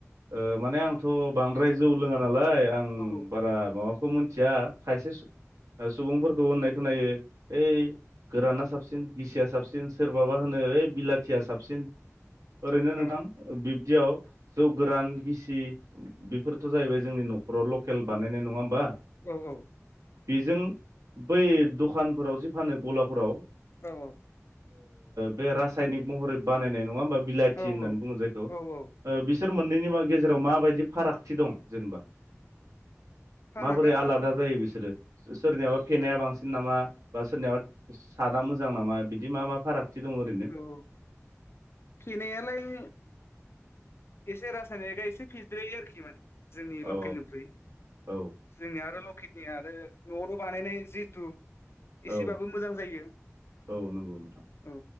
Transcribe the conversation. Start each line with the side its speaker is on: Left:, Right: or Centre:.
Right: ओ माने आंथ' बांद्राय जौ लोङा नालाय आं
Left: औ
Right: बारा माबा खौ मिथिया खायसे सुबुंफोरखौ होननाय खोनायो ओइ गोराना साबसिन गिसिया साबसिन सोरबाबा होनो ओइ बिलाथिया साबसिन ओरैनो नोंथां
Left: औ
Right: बिब्दियाव जौ गोरान गिसि बेफोरथ' जाहैबाय जोंनि न'खराव लकेल बानायनाय नङा होमबा
Left: औ औ
Right: बेजों बै दखानफोराव जि फानो गलाफोराव
Left: औ औ
Right: बे रासायनिक महरै बानायनाय नङा होमबा बिलाइथि
Left: औ
Right: होननानै
Left: औ
Right: बुङो जायखौ
Left: औ औ
Right: बिसोर मोननैनि मा गेजेराव माबायदि फारागथि दं जेनेबा
Left: फारागा
Right: माबोरै आलादा जायो बिसोरो सोरनियाबा फेनाया बांसिन नामा बा सोरनियाबा सादा मोजां नामा बिदि मा मा फारागथि दंओरै
Left: औ फेनायालाय एसे रासायनिकआ एसे फिद्रयो आरोखि माने जोंनि
Right: औ
Left: लकेलनिफ्रायुइ
Right: औ
Left: जोंनिया आरो लकेल नि आरो न'नो बानायनाय जिथु एसेबाबो
Right: औ
Left: मोजां जायो
Right: औ नंगौ नोंथां
Left: औ